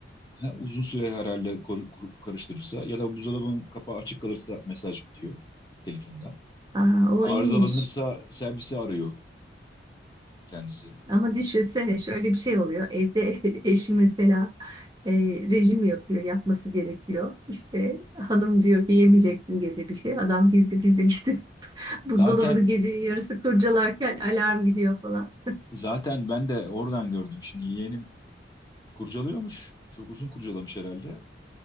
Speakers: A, on the left (about 20°); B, on the right (about 20°).
A: ha, uzun süre herhalde kor- kur- karıştırırsa ya da buzdolabının kapağı açık kalırsa mesaj gidiyor telefonda.
B: Aa, o
A: Arızalanırsa
B: iyiymiş.
A: servisi arıyor kendisi.
B: Ama düşünsene şöyle bir şey oluyor. Evde <laughs> eşi mesela e, rejim yapıyor, yapması gerekiyor. İşte hanım diyor ki yemeyeceksin gece bir şey. Adam gizli gizli gidip <laughs> buzdolabını
A: Zaten
B: gecenin yarısı kurcalarken alarm gidiyor falan.
A: zaten ben de oradan gördüm. Şimdi yeğenim kurcalıyormuş. Çok uzun kurcalamış herhalde.